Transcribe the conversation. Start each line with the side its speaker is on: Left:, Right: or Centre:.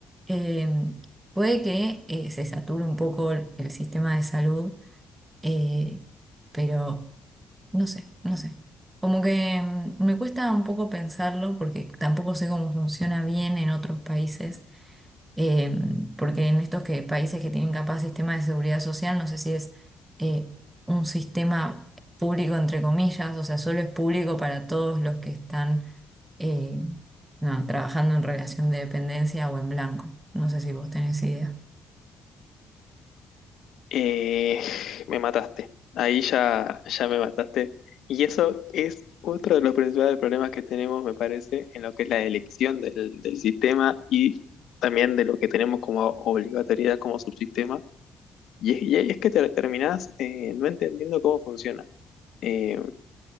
Right: Em, Puede que eh, se sature un poco el, el sistema de salud, eh, pero no sé, no sé. Como que mm, me cuesta un poco pensarlo porque tampoco sé cómo funciona bien en otros países, eh, porque en estos que, países que tienen capaz sistema de seguridad social, no sé si es eh, un sistema público entre comillas, o sea, solo es público para todos los que están eh, no, trabajando en relación de dependencia o en blanco. No sé si vos tenés idea.
Left: Eh, <laughs> me mataste. Ahí ya, ya me mataste. Y eso es otro de los principales problemas que tenemos, me parece, en lo que es la elección del, del sistema y también de lo que tenemos como obligatoriedad como subsistema. Y es, y es que te terminás eh, no entendiendo cómo funciona. Eh,